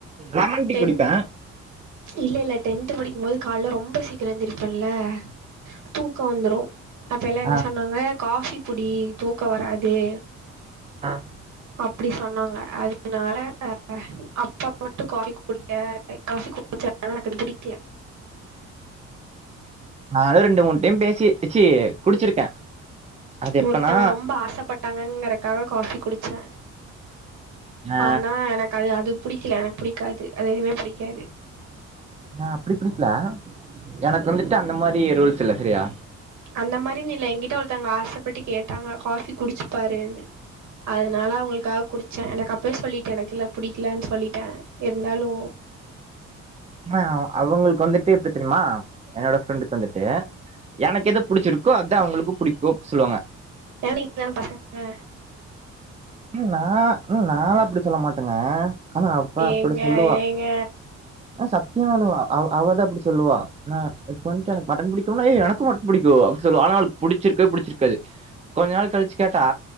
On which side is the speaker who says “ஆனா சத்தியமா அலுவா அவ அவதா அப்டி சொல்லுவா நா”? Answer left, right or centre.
Right